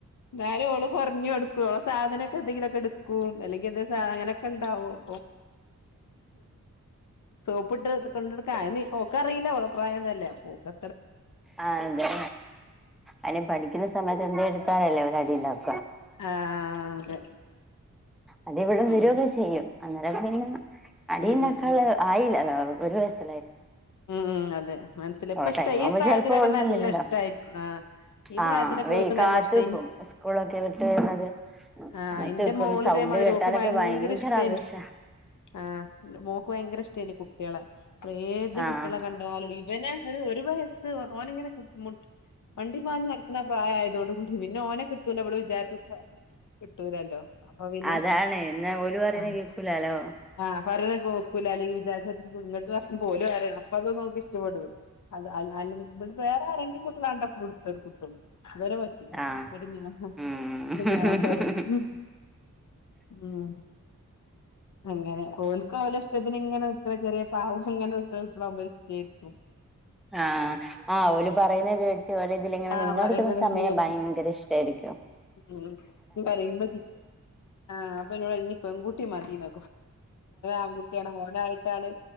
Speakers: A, on the left; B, in the centre.
A: നാലഓള് കുഞ്ഞ എടുക്കും സാധനൊക്കെ എന്തെങ്കിലുംഒക്കെ എടുക്കും അല്ലെങ്കിൽ എന്തെ എന്തെങ്കിലും സാധനം ഒക്കെ ഉണ്ടാവും സോപ്പിട്ട് കൊണ്ടടുക്ക അയിന് ഓക്ക് അറിയില്ല ഓളെ പ്രായം അതല്ലേ അപ്പോ ഓൾക്
B: ആ അതെന്നെ അല്ല പഠിക്കുന്ന സമയത്ത് എന്തേലും എടുത്താലല്ലേ ഒര് അടിണ്ടാക്കും
A: ആ അതെ
B: അതവിടെും
A: പിന്നെ
B: വരക്കെ ചെയ്യും അന്നേരം പിന്നെ അടിയന്നേക്കാൾ
A: ഉം ഉം ഉം
B: ആയില്ലല്ലോ ഒരുവയസ്സ്
A: ഉം അതെ മനസ്സില്
B: അവളെ
A: ഇപ്പ ഇഷ്ട
B: ടൈം
A: ഈ
B: ആവുമ്പോ
A: പ്രായത്തിലൊക്കെ
B: ചെലപ്പോ അവളും
A: നല്ല
B: തമ്മിലുണ്ടാവും
A: ഇഷ്ടായിരിക്കും ആ.. ഈ
B: ആഹ്
A: പ്രായത്തിലൊക്കെ
B: വേ
A: അവർക്ക്
B: കാത്ത്ക്കും
A: നല്ല ഇഷ്ട
B: സ്കൂളൊക്കെ വിട്ട് വരുന്നത്
A: ആ
B: കാത്ത്ക്കും
A: എന്റെ മോള്
B: സൗണ്ട്
A: അതേമാതിരി
B: കേട്ടാലൊക്കെ
A: ഓക്ക് ഭയങ്കര ഇഷ്ടയിന്
B: ആവേശ
A: ആ മോക്ക് ഭയങ്കര ഇഷ്ടമായിന് കുട്ടികളെ അ ഏത്
B: ആഹ്
A: കുട്ടികളെ കണ്ടാലും ഇവനെ ഒരു ഒരു വയസ്സ് ഓന് ഇങ്ങനെ മുട്ട് മണ്ടി പാഞ്ഞ്നടക്കുന്ന പ്രായമായതോട കൂടി പിന്നെ ഓന കിട്ടൂല ഇബള് വിചാരിച്ച കിട്ടൂലല്ലോ അപ്പൊ പിന്നെ
B: അതാണ് എന്നാ ഓല് പറയുന്ന
A: ആ
B: കേക്കൂലാലോ
A: ആ പറ നോക്കൂല്ല അല്ലെങ്കിൽ വിചാരിച്ചങ്ങോട്ട് ഇങ്ങട് പറയുബോ ഓല് ഇഷ്ടപ്പെടു അത് അല്ലെങ്ക ഇ വേറെ ആരെങ്കിലും കുട്ടികാണ്ട പ്പളും ഇടുത്തടുകും ഇവരെ പറ്റൂല
B: ആഹ്
A: ഇന്നിട്ട്
B: ഉം
A: ഞാൻ പറയും ഉം അങ്ങനെ ഓൽക് ഓല ഇഷ്ടത്തിന് ഇങ്ങനെ നിക്കണ ചെറിയ പാവം അങ്ങനെ നിക്ക്ണ കുട്ടികളാകുമ്പോ ഇഷ്ടായിക്കും
B: ആ ആ ഓല് പറയുന്ന കേട്ട് ഓലതിൽ ഇങ്ങനെ
A: ആഹ്
B: നിന്ന
A: പറയുന്നത്
B: കൊടുക്കുന്ന സമയം
A: കേട്ട്
B: ഭയങ്കര ഇഷ്ടയിരിക്കും
A: ഉം <unintelligible> ആ അപ്പൊ ഇന്നോട് ഇനി പെൺകുട്ടി മതിഓന് ആൺകുട്ടി ഓനായിട്ടാണ് നായിട്ടാണ്